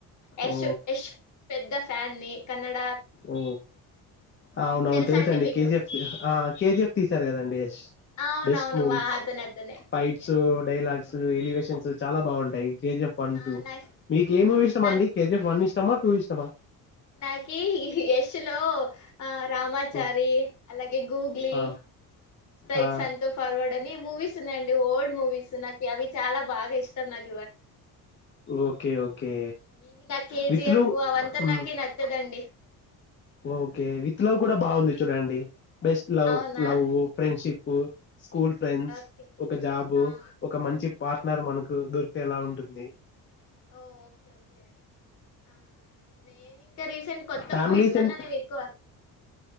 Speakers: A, on the left; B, on the left.
A: యాష్
B: ఓ
A: యాష్ పెద్ద ఫ్యాన్ ని కన్నడ
B: ఓ అవును అవును
A: తెలుసా
B: తెలుసు అండి
A: మీకు
B: కేజిఎఫ్ ఆ కేజిఎఫ్ తీసారు కదండీ యాష్
A: అవునవును
B: బెస్ట్ మూవీస్
A: ఆ అతనే అతనే
B: ఫైట్స్
A: ఎస్
B: యూ డైలాగ్స్ ఎలివేషన్స్ యూ చాలా బాగుంటాయి కేజిఎఫ్ వన్
A: ఆ
B: టూ
A: నా
B: మీకు ఏ మూవీ
A: ఆ,
B: ఇష్టం
A: నా
B: మండి కేజిఎఫ్ వన్ ఇష్ తమ టూ ఇష్టమా
A: నాకి యాష్ లో ఆ రామాచారి
B: ఉమ్,
A: అలాగే గుగ్లీ
B: ఆ
A: రైట్
B: ఆ
A: సంతో ఫార్వర్డ్ అని మూవీస్ ఉన్నాయండి ఓల్డ్ మూవీ మూవీస్ నాకి అవి చాలా బాగా ఇష్టం నాకి
B: ఓకే ఓకే
A: ఉమ్, ఇవి నా కేజీఎఫ్
B: విత్లు
A: అవంతా
B: ఉ
A: నాకే నచ్చదండి
B: ఓకే విత్ లవ్ కూడా బాగుంది చు రండి బెస్ట్ లవ్
A: అవునా
B: లవ్ ఉ ఫ్రెండ్షిప్ పో స్కూల్ ఫ్రెండ్స్
A: ఓకే
B: ఒక జాబు
A: ఆ
B: ఒక మంచి పార్టనర్ మనకు దోర్ ఎలా ఉంటుంది
A: ఓ ఓకే ఓకే ఆ నేను ఇంకా రీసెంట్ కొత్త
B: ఫ్యామిలీస్
A: మూవీస్ కన్నా
B: అండ్
A: నే ఎక్కువ